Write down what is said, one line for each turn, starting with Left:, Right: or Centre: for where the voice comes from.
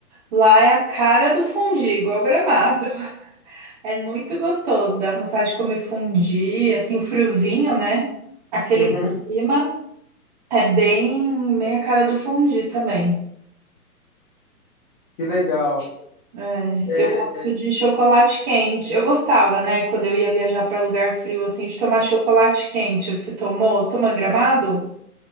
Right: lá é a cara do fundi, igual Gramado. É muito gostoso, dá vontade de comer fondue, assim, o friozinho, né? Aquele
Left: Uhum,
Right: clima é bem, bem a cara do fondue também.
Left: que legal.
Right: É,
Left: É,
Right: eu gosto de chocolate quente. Eu gostava, né, quando eu ia viajar para lugar frio, assim, de tomar chocolate quente. Você tomou? Tomou em Gramado?